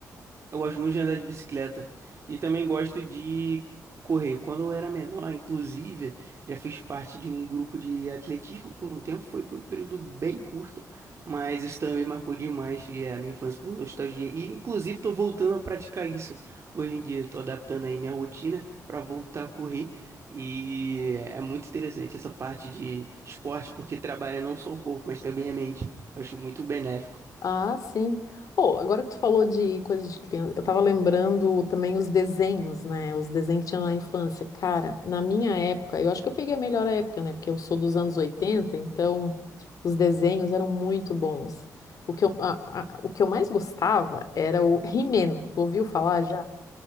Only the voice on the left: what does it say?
Ah, sim. Oh, agora que tu falou de coisa de criança, eu tava lembrando também os desenhos, né? Os desenhos que tinha na infância. Cara, na minha época, eu acho que eu peguei a melhor época, né? Porque eu sou dos anos 80. então os desenhos eram muito bons. O que eu, a- a- o que eu mais gostava era o He-Man. Tu ouviu falar já?